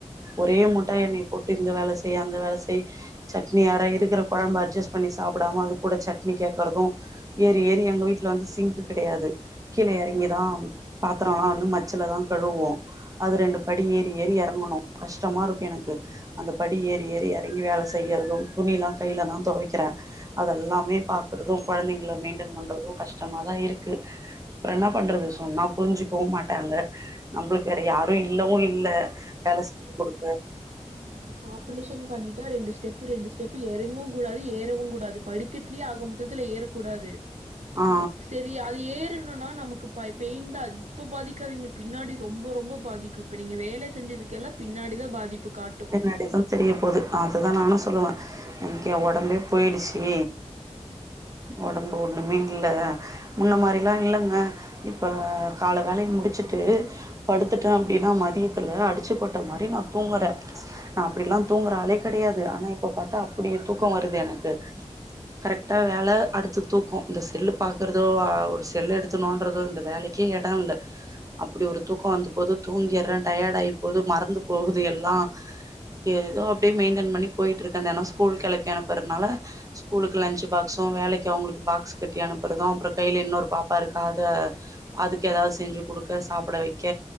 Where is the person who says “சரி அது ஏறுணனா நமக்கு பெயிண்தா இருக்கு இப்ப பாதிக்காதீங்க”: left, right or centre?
Right